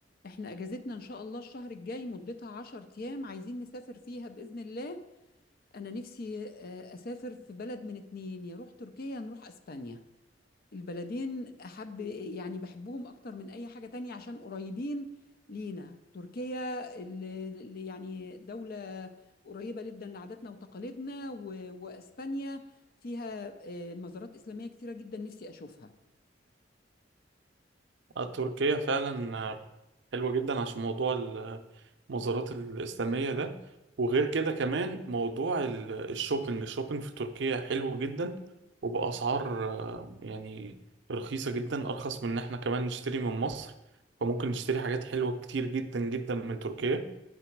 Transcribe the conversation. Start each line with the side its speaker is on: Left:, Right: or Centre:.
Left: احنا اجازتنا ان شاء الله الشهر الجاي مدتها 10 ايام عايزين نسافر فيها باذن الله انا نفسي آه، اسافر في بلد من اتنين يا روح تركيا يا نروح اسبانيا البلدين احب يعني بحبهم اكتر من اي حاجة تانية عشان قريبين لينا تركيا اللي اللي يعني دولة قريبة جدا لعاداتنا وتقاليدنا و- واسبانيا فيها آه، مزارات اسلامية كتيرة جدا نفسي اشوفها
Right: آه، تركيا فعلا آه، حلوة جدا عشان موضوع المزارات الإسلامية ده وغير كده كمان موضوع ال- الشوبينج الشوبينج في تركيا حلو جدا وبأسعار آه، يعني رخيصة جدا أرخص من إن إحنا كمان نشتري من مصر فممكن نشتري حاجات حلوة كتير جدا جدا من تركيا